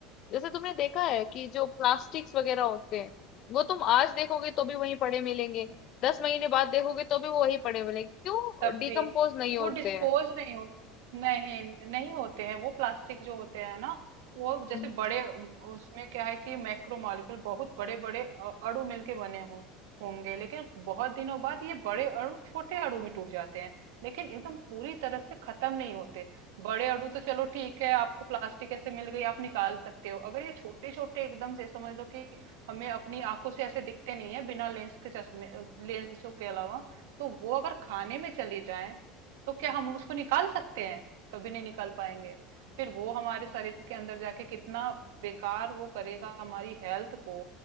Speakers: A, on the left (about 40°); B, on the right (about 85°).
A: जैसे तुमने देखा है कि जो प्लास्टिक्स वगैरह होते हैं वो तुम आज देखोगे तो भी वहीं पड़े मिलेंगे दस महीने बाद देखोगे तो भी वो वहीं पड़े मिलेंगे क्यों
B: तब
A: डिकम्पोज
B: भी
A: नहीं होते
B: वो डिस्पोज नहीं होते नहीं नहीं होते हैं वो प्लास्टिक जो होते हैं ना वो जैसे
A: हैं
B: बड़े उम, उसमें क्या है कि मैक्रो मॉलिक्यूल बहुत बड़े बड़े अ- अणु मिलके बने हों होंगे लेकिन बहुत दिनों बाद ये बड़े अणु छोटे अणु में टूट जाते हैं लेकिन एकदम पूरी तरह से खत्म नहीं होते बड़े अणु तो चलो ठीक है आपको प्लास्टिक ऐसे मिल गई आप निकाल सकते हो अगर ये छोटे छोटे एकदम से समझ लो कि हमें अपनी आंखों से ऐसे दिखते नहीं है बिना लेंस के चश्मे लेंसों के अलावा तो वो अगर खाने में चली जाए तो क्या हम उसको निकाल सकते हैं कभी नहीं निकाल पाएंगे फिर वो हमारे शरीर के अंदर जाके कितना बेकार वो करेगा हमारी हेल्थ को